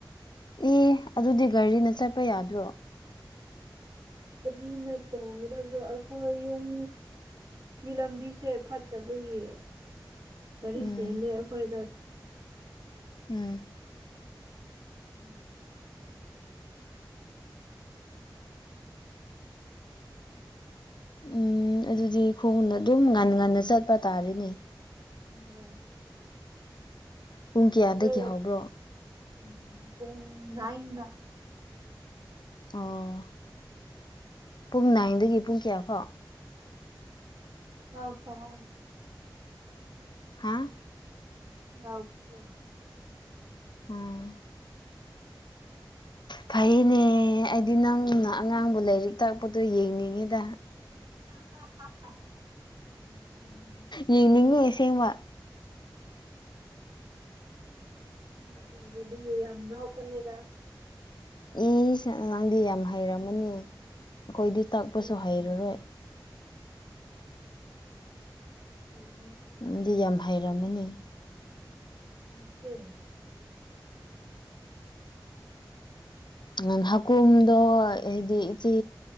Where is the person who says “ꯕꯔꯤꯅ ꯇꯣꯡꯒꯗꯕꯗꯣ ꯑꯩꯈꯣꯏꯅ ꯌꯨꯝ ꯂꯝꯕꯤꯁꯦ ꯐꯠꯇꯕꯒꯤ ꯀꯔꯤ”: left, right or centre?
Right